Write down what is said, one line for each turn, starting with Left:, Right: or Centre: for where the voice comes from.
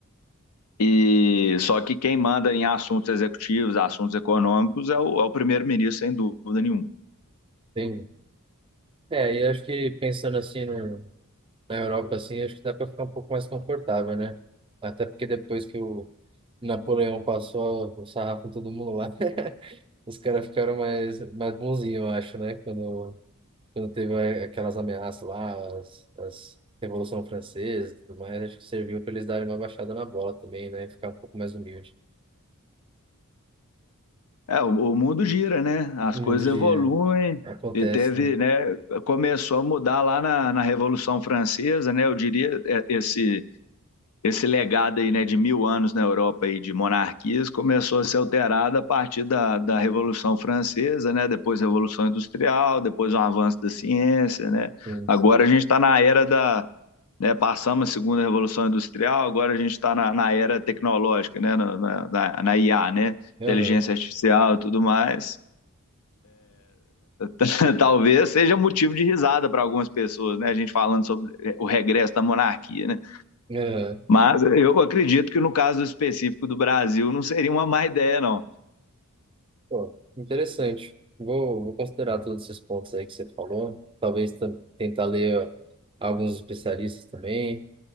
Left: E só que quem manda em assuntos executivos, assuntos econômicos, é o, é o primeiro-ministro, sem dúvida nenhuma.
Right: entendi. É, e acho que pensando assim no na Europa, assim, acho que dá para ficar um pouco mais confortável, né? Até porque depois que o Napoleão passou o sarrafo em todo mundo lá, <laughs> os caras ficaram mais, mais bonzinhos, eu acho, né? Quando, quando teve a- aquelas ameaças lá, as, as Revolução Francesa e tudo mais, acho que serviu para eles darem uma baixada na bola também, né? E ficar um pouco mais humilde.
Left: É, o, o mundo gira, né? As
Right: No
Left: coisas
Right: mundo de...
Left: evoluem
Right: acontece,
Left: e teve,
Right: né?
Left: né? Começou a mudar lá na, na Revolução Francesa, né? Eu diria é, esse esse legado aí, né, de mil anos na Europa aí de monarquias começou a ser alterado a partir da, da Revolução Francesa, né? Depois a Revolução Industrial, depois um avanço da ciência, né?
Right: Sim,
Left: Agora
Right: sim.
Left: a gente está na era da né, passamos a segunda revolução industrial, agora a gente está na, na, era tecnológica, né, na, na, na, IA, né,
Right: Aham,
Left: inteligência artificial e tudo mais. <laughs> Talvez seja motivo de risada para algumas pessoas, né, a gente falando sobre o regresso da monarquia, né.
Right: aham.
Left: Mas eu acredito que no caso específico do Brasil não seria uma má ideia, não.
Right: Pô, interessante. Vou, vou considerar todos esses pontos aí que você falou. Talvez tam- tentar ler ó, alguns especialistas também.